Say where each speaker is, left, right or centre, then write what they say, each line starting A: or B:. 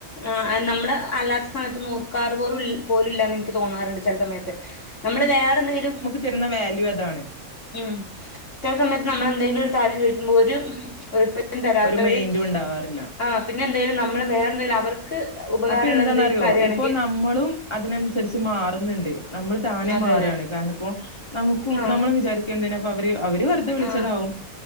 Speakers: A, on the left; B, on the left.
A: ആഹ് നമ്മള് അല്ലാത്ത സമയത്തൊന്ന് ഓർക്കാറ് പോറു പോലും ഇല്ലാന്ന് ഇൻക്ക് തോന്നാറിണ്ട്. ചെല സമയത്ത് നമ്മള് വേറെന്തെങ്കിലും
B: തെരുന്ന വാല്യു അതാണ്.
A: ഉം ചെല സമയത്ത് നമ്മള് എന്തേലൊരു കാര്യം ചോയിക്കുമ്പം ഒര് റിപ്ലെ തരാത്തവര്
B: ഒരു മൈൻഡും ഉണ്ടാവാറില്ല
A: ആഹ് പിന്നെ എന്തേലും നമ്മള് വേറെ എന്തേലും അവർക്ക് ഉപകാരമുള്ള
B: അപ്പ എന്താന്നറിയോ
A: എന്തെങ്കിലും കാര്യമാണെങ്കിൽ
B: ഇപ്പൊ നമ്മളും അതിനൻസരിച്ച് മാറ്ന്നിണ്ട് നമ്മള് താനെ
A: അതെ
B: മാറാണ്
A: അതെ
B: കാരണം ഇപ്പോ നമുക്കും
A: ആഹ്
B: നമ്മള് വിചാരി ക്കെന്തിനാപ്പവര് അവര് വെറുതെ വിളിച്ചതാവും
A: ആഹ്